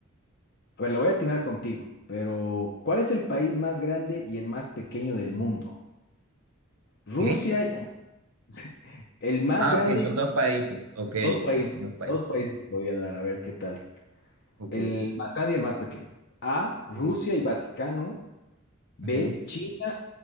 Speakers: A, on the left; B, on the right.
A: a ver, la voy a atinar contigo. Pero, ¿cuál es el país más grande y el más pequeño del mundo? Rusia,
B: ¿Qué?
A: y- <laughs> el más
B: Ah,
A: grande,
B: ok, son
A: y-
B: dos países. Ok,
A: dos países,
B: ok, son dos países.
A: dos países te voy a dar, a ver qué tal.
B: Ok.
A: El más grande y el más pequeño. A, Rusia
B: Ujú,
A: y Vaticano. B,
B: ujú.
A: China,